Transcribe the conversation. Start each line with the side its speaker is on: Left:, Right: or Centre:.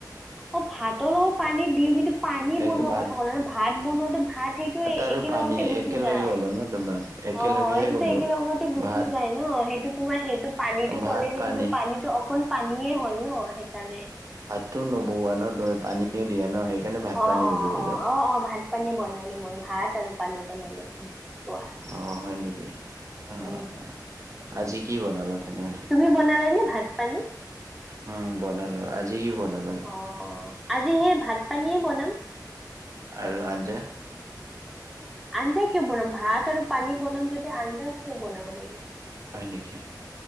Centre: অ' ভাতৰ লগত পানী দিওঁ কিন্তু পানী
Right: এইটো
Centre: বনোৱা
Right: ভাত
Centre: কথা ক'ল ন ভাত বনোৱাটো ভাত সেইটো
Right: আৰু
Centre: একেলগতে
Right: পানী
Centre: গুচি
Right: একেলগে
Centre: যায়
Right: গ'লো ন তোমাক একেলগেহে
Centre: অ' সেইটোতো
Right: গ'লো
Centre: একেল লগতে গুচি
Right: ভাত
Centre: যায় ন সেইটো তোমাৰ সেইটো পানীটো
Right: ভাত
Centre: ক'লে যে
Right: পানী
Centre: তুমি পানীটো অকল পানীয়ে হ'ল ন সেইকাৰণে।
Right: তুমি নবনোৱা ন তুমি পানীয়ে দিয়া ন সেইকাৰণে ভাত
Centre: অ',
Right: পানী বুলি
Centre: অ',
Right: ক'লো
Centre: অ', অ', অ', ভাত পানী বনালো মই ভাত আৰু পানী বনালো। কোৱা
Right: অ' হয় নেকি অ'
Centre: উম
Right: আজি কি বনালে তেনেহ'লে?
Centre: তুমি বনালা নে ভাত পানী?
Right: উম বনালো, আজি বনালো?
Centre: অ' আজি সেই ভাত পানীয়ে বনাম।
Right: আৰু আঞ্জা?
Centre: আঞ্জা কিয় বনাম? ভাত আৰু পানী বনাম যদি আঞ্জা কিয় বনাব লাগে?
Right: হয় নেকি?